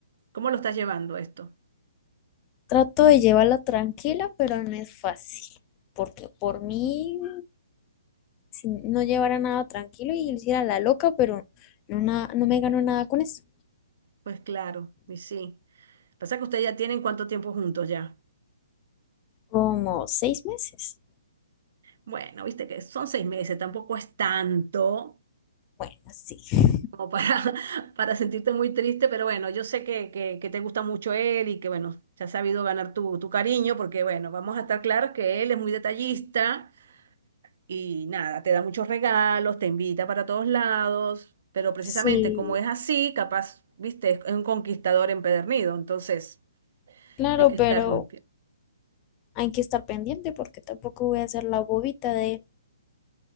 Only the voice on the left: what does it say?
Trato de llevarla tranquila, pero no es fácil, porque por mí si no llevara nada tranquilo y hiciera la loca, pero no, na- no me ganó nada con eso.
Como seis meses.
Bueno, sí.
Sí,
claro,
pero
hay que estar pendiente porque tampoco voy a ser la bobita de...